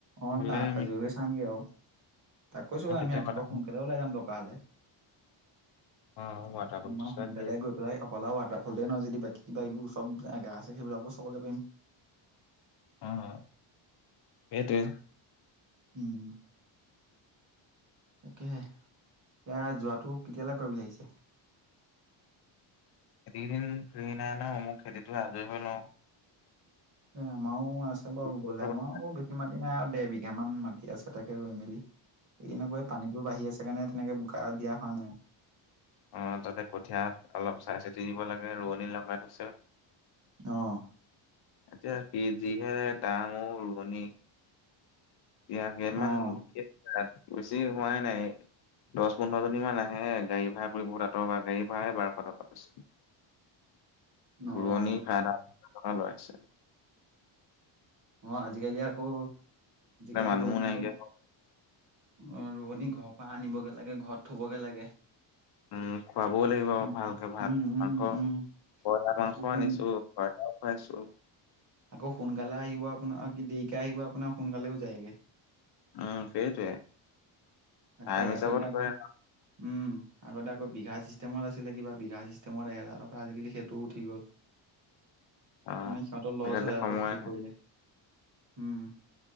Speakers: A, on the right; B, on the left.
A: অঁ
B: হ'লে
A: দা
B: আমি
A: আজৰি হৈ চামগে আৱ। তাক কৈছোঁ
B: অ' তেতিয়া
A: আমি ৰাতিপুৱা
B: ৱাটাৰ
A: সোনকালে ওলাই যাম দৰকা হ'লে।
B: অঁ ৱাটাৰফলটো
A: মানে
B: চোৱা
A: সোনকালে
B: কি আৱ
A: গৈ পেলাই অকল আৰু ৱাটাৰফলটোৱে নহয় যদি বাকী কিবা এইবোৰ চব জেগা আছে সেইবিলাকো চাবগে পাৰিম।
B: অহ সেইটোৱে।
A: উম। তাকেহে এতিয়া যোৱাটো কেতিয়ালে কয় বুলি আহিছে?
B: খেতি কেইদিন ফ্ৰী নাই ন মোৰ খেতিটো আজৰি হৈ লওঁ।
A: এ আমাৰো আছে বাৰু
B: আমাৰ
A: ৰুবলে আমাৰো বৰ বেছি মাটি নাই আৰু দেৰ বি বিঘা মান মাটি আছে তাকে ৰুই মেলি, এইকেইদিন আকৌ এই পানীতো বাঢ়ি আছে। সেইকাৰণে তেনেকে বোকা দিয়া হোৱা নাই।
B: অঁ তাতে কঠিয়াত অলপ চাই চিতি দিব লাগে ৰোৱনী লগাই থৈছে।
A: অহ।
B: এতিয়া কি যিহে দাম অও ৰোৱনী। ইয়কে
A: অ',
B: মান <unintelligible> এতিয়া, বেছি হোৱাই নাই দছ পোন্ধৰ জনী মান আহে হে গাড়ী ভাড়া বহুত আঁতৰ পৰা গাড়ী ভাড়ায়ে বাৰশ টকা আছে।
A: অ',
B: ৰোৱনী সাত আঠ হাজাৰ টকা লৈ আছে।
A: অঁ আজিকালি আকৌ আজিকালি
B: মানুহো
A: ৰোৱনী
B: নাইকিয়া
A: আ
B: হ'ল
A: অঁ ৰোৱনী ঘৰৰ পৰা আনিবগে লাগে ঘৰত থবগে লাগে।
B: উম খুৱাবও লাগিব আৰু
A: উম,
B: ভালকে ভাত
A: উম, উম,
B: মাংস
A: উম,
B: বইলা মাংস
A: তাকো কোন
B: আনিছো। বইলাও খোৱাইছো।
A: আকৌ সোনকালে আহিব আপোনাৰ কি দেৰিকে আহিব আপোনাৰ সোনকালেও যায়গে।
B: উম সেইটোৱে।
A: আক
B: টাইম হিচাপত
A: আগতে আকৌ
B: কৰে
A: উম আগতে আকৌ বিঘা চিষ্টেমত আছিলে কিবা বিঘা চিষ্টেমত এহেজাৰ টকা আজিকালি সেইটোও উঠি গ'ল।
B: অ
A: মানে সিহঁতৰ
B: আজিকালি
A: লজ হয়
B: সময়
A: আকৌ সেইটো
B: আহে
A: কৰিলে। উম,